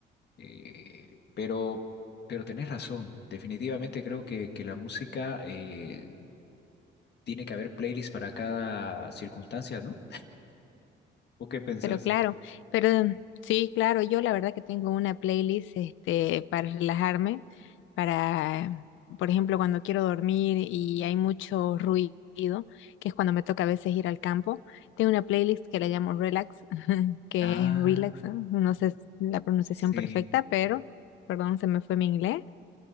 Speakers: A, on the left; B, on the left.
A: eh, pero, pero tenés razón. Definitivamente creo que, que la música eh, tiene que haber playlists para cada circunstancia, ¿no? ¿O qué pensás?
B: Pero claro, pero mm, sí, claro, yo la verdad que tengo una playlist este para relajarme, para, por ejemplo, cuando quiero dormir y hay mucho ruido, que es cuando me toca a veces ir al campo, tengo una playlist que la llamo Relax, <laughs> que
A: Ah,
B: es Relax, ¿no? No sé la pronunciación
A: sí.
B: perfecta, pero, perdón, se me fue mi inglés,